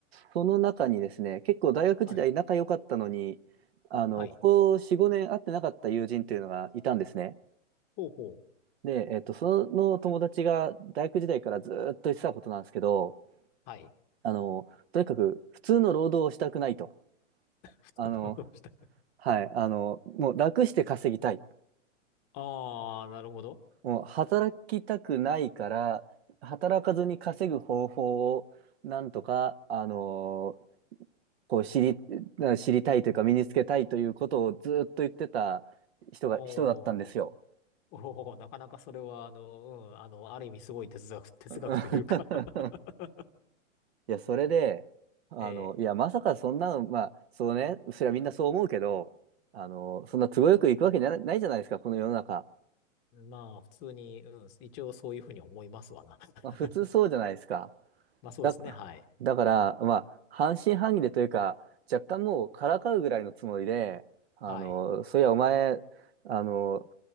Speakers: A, on the right; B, on the left.
A: その中にですね、結構大学時代仲良かったのに、
B: はい。
A: あの、
B: はい。
A: ここ4、5年会ってなかった友人というのがいたんですね。
B: ほうほう。
A: で、えっと、その友達が大学時代からずーっと言ってたことなんですけど、
B: はい。
A: あの、とにかく普通の労働をしたくないと。
B: <laughs> 普通のどうした
A: あの、はい、あの、もう楽して稼ぎたい。
B: ああー、なるほど。
A: もう働きたくないから、働かずに稼ぐ方法をなんとか、あの、こう知り、知りたいというか身につけたいということをずーっと言ってた人が、
B: おー。
A: 人だったんですよ。
B: おお、なかなかそれは、あの、うん、あの、ある意味すごい哲学、<laughs> 哲学というか
A: <laughs>
B: <laughs>
A: いや、それで、あの、
B: ええ。
A: いや、まさかそんなの、まあ、そうね、それはみんなそう思うけど、あの、そんな都合よくいくわけな、ないじゃないですか、この世の中。
B: まあ、普通に、うん、一応そういうふうに思いますわな。<laughs>
A: まあ、普通そうじゃないですか。
B: まあ、そうですね。
A: だ、
B: はい。
A: だから、まあ、半信半疑でというか、若干もうからかうぐらいのつもりで、あの、
B: はい。
A: そういや、お前、あの、